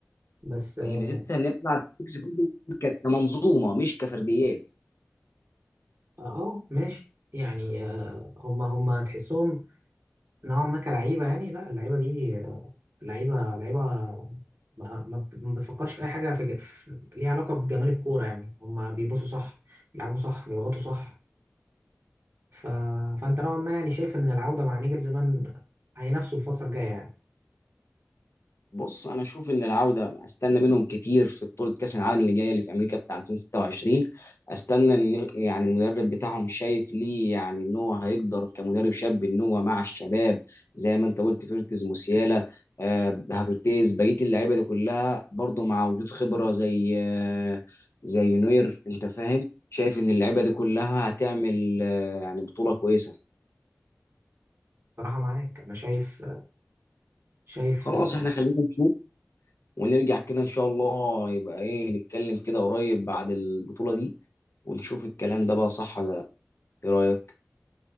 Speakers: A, on the right; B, on the left.
A: بس اه
B: هي ميزتها ان نلعب 6 فوتبول ك- كمنظومه مش كفرديات
A: آه، ماشي يعني آه، هما هما تحسهم نوعا ما كلعيبة يعني لا اللعيبة دي آه، لعيبة لعيبة ما, ما بت- ما بتفكرش في أي حاجة في ج- في- ليها علاقة بجمال الكورة يعني هما بيبصوا صح بيلعبوا صح بيضغطوا صح ف... فأنت نوعا ما يعني شايف إن العودة مع نيجر زمان هينافسوا الفترة الجاية يعني
B: بص انا اشوف ان العوده استنى منهم كتير في بطوله كاس العالم اللي جايه اللي في امريكا بتاع 2026 استنى ان يعني المدرب بتاعهم شايف ليه يعني ان هو هيقدر كمدرب شاب ان هو مع الشباب زي ما انت قلت فيرتز موسيالا آه، هافرتيز بقيه اللعيبه دي كلها برضه مع وجود خبره زي آه، زي نوير انت فاهم شايف ان اللعيبه دي كلها هتعمل آه، يعني بطوله كويسه
A: صراحة معاك أنا شايف شايف
B: خلاص
A: آه،
B: احنا خلينا نشوف ونرجع كده ان شاء الله يبقى ايه نتكلم كده قريب بعد البطولة دي ونشوف الكلام ده بقى صح ولا لا ايه رأيك